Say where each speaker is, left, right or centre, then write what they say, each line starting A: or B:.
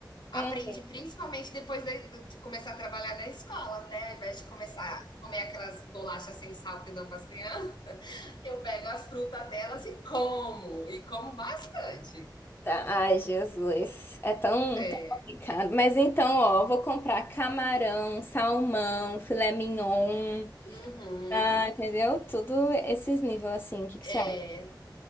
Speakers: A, on the left; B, on the left.
A: Aprendi
B: Eita,
A: principalmente depois de, de começar a trabalhar na escola, né? Ao invés de começar a comer aquelas bolachas sem sal que dão para as crianças, <laughs> eu pego as frutas delas e como, e como bastante.
B: ai, Jesus, é tão,
A: É,
B: tão complicado. Mas então, ó, eu vou comprar camarão, salmão, filé mignon,
A: Uhum.
B: ah, entendeu? Tudo esses níveis assim. O que que você
A: É.
B: acha?